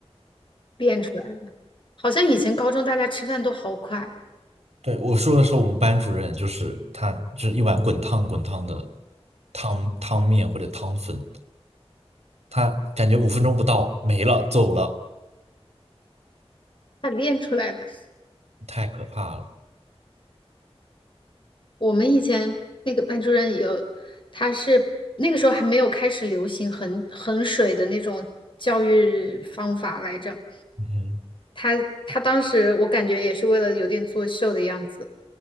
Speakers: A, on the left (about 50°); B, on the right (about 85°).
A: 练出来的，好像以前高中大家吃饭都好快，
B: 对，我说的是我们班主任，就是他，就是一碗滚烫滚烫的汤汤面或者汤粉，他感觉五分钟不到没了，走了，
A: 他练出来的。
B: 太可怕了。
A: 我们以前那个班主任有，他是那个时候还没有开始流行衡衡水的那种教育方法来着。
B: 嗯哼，
A: 他他当时我感觉也是为了有点作秀的样子。